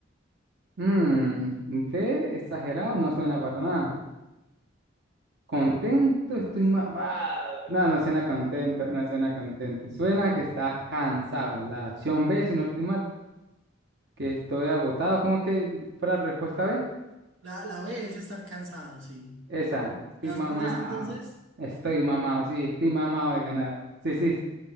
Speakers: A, on the right; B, on the right.
A: Mm, D, exagerado, no suena para nada. Contento, estoy mamado. No, no suena contento, no suena contento. Suena que estás cansado. La opción B, si no estoy mal, que estoy agotado. ¿Cómo que fue la respuesta B?
B: La, la B es estar cansado, sí.
A: Esa, estoy
B: ¿Ya
A: mamado.
B: vas por esa entonces?
A: Estoy mamado, sí, estoy mamado de ganar. Sí, sí,